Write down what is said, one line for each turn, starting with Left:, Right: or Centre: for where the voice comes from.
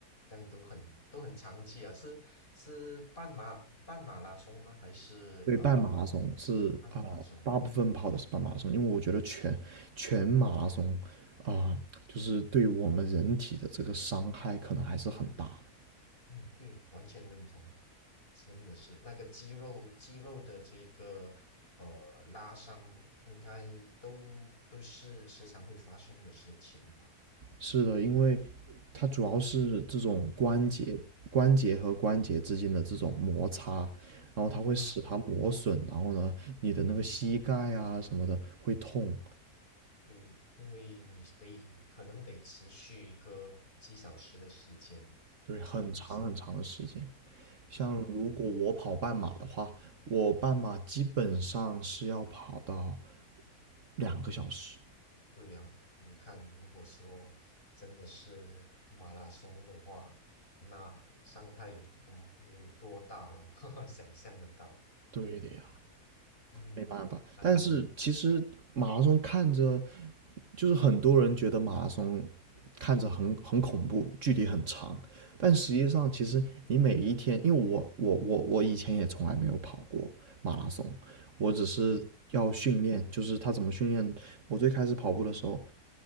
Left: 这样都很都很长期啊，是是半马半马拉松吗？还是呃
Right: 对，半马拉松是啊、
Left: 半马拉松？
Right: 大部分跑的是半马拉松，因为我觉得全全马拉松啊、就是对我们人体的这个伤害可能还是很大的。
Left: 嗯，对，完全认同。真的是那个肌肉肌肉的这个呃拉伤，应该都都是时常会发生的事情吧？
Right: 是的，因为它主要是这种关节、关节和关节之间的这种摩擦，然后它会使它磨损，
Left: 啊，
Right: 然后呢，你的那个膝盖啊什么的会痛，
Left: 对，因为你得可能得持续一个几小时的时间，
Right: 对，很长很长的时间。
Left: 就是
Right: 像如果我跑半马的话，
Left: 嗯，
Right: 我半马基本上是要跑到两个小时。
Left: 对呀、你看，如果说真的是马拉松的话，那伤害有多有多大了？<laughs> 想象得到，
Right: 对的呀，
Left: 嗯，
Right: 没办法。
Left: 呃，
Right: 但是其实马拉松看着，就是很多人觉得马拉松看着很很恐怖，距离很长，但实际上其实你每一天，
Left: 嗯，
Right: 因为我我我我以前也从来没有跑过马拉松，我只是要训练，
Left: 好。
Right: 就是他怎么训练。我最开始跑步的时候，